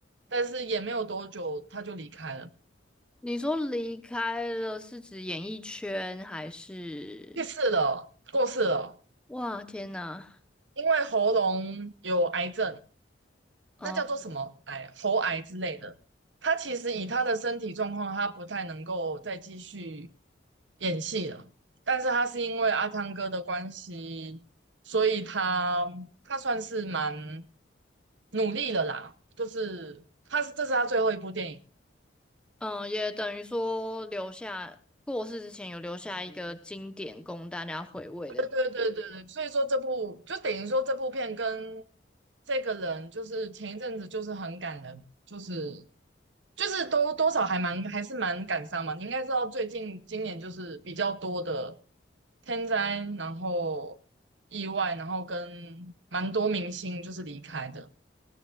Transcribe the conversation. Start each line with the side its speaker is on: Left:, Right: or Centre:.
Right: 但是也没有多久他就离开了，
Centre: 你说离开了是指演艺圈还是？
Right: 去世了，过世了，
Centre: 哇，天呐，
Right: 因为喉咙有癌症，那叫做什么癌，
Centre: 嗯
Right: 喉癌之类的。他其实以他的身体状况，他不太能够再继续演戏了。但是他是因为阿汤哥的关系，所以他他算是蛮努力了啦。就是他是这是他最后一部电影，
Centre: 嗯，也等于说留下过世之前有留下一个经典供大家回味的。
Right: 对对对对对，所以说这部就等于说这部片跟这个人，就是前一阵子就是很感人，就是就是多多少还蛮还是蛮感伤嘛。你应该知道最近今年就是比较多的天灾，然后意外，然后跟蛮多明星就是离开的。